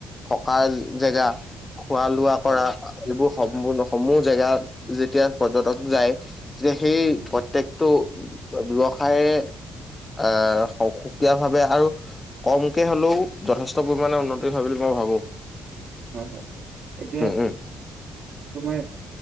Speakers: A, on the left (about 20°); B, on the right (about 60°).
A: থকাৰ জেগা খোৱা লোৱা কৰা,
B: হয়
A: এইবোৰ সমূ-সমূহ জেগা যেতিয়া পৰ্যটক যায় যে সেই
B: উম,
A: প্ৰত্যয়ক টো ব্যৱসায়ে আহ, সুকীয়া ভাৱে আৰু কমকে হ'লেও যথেষ্ট পৰিমাণে উন্নতি হয়, বুলি মই ভাবোঁ।
B: হয়-হয়, এতিয়া
A: উম
B: তোমাৰ